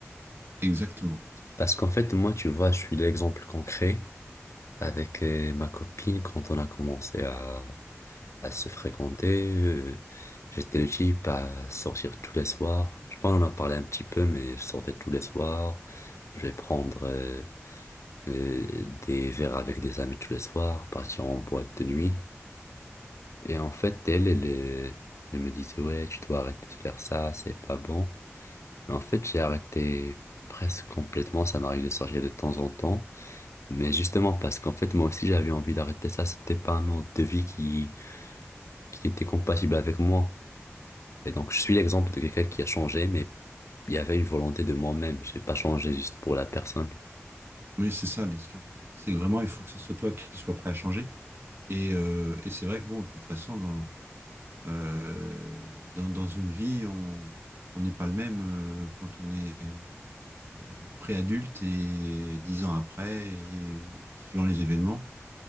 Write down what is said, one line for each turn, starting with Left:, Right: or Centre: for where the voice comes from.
Right: Exactement.
Left: Parce qu'en fait, moi, tu vois, je suis l'exemple concret avec euh, ma copine quand on a commencé à, à se fréquenter. euh, j'étais le type à sortir tous les soirs. Tu vois, on en a parlé un petit peu, mais je sortais tous les soirs. Je vais prendre euh, euh, des verres avec des amis tous les soirs, partir en boîte de nuit. Et en fait, elle, elle, euh, elle me disait, ouais, tu dois arrêter de faire ça, c'est pas bon. Mais en fait, j'ai arrêté presque complètement. Ça m'arrive de sortir de temps en temps. Mais justement, parce qu'en fait, moi aussi, j'avais envie d'arrêter ça. C'était pas un mode de vie qui, qui était compatible avec moi. Et donc, je suis l'exemple de quelqu'un qui a changé, mais il y avait une volonté de moi-même. J'ai pas changé juste pour la personne.
Right: Oui, c'est ça l'histoire. C'est vraiment, il faut que ce soit toi qui sois prêt à changer. Et, euh, et c'est vrai que, bon, de toute façon, dans, euh, dans, dans une vie, on on n'est pas le même euh, quand on est euh, pré-adulte et dix ans après, et, et puis suivant les événements,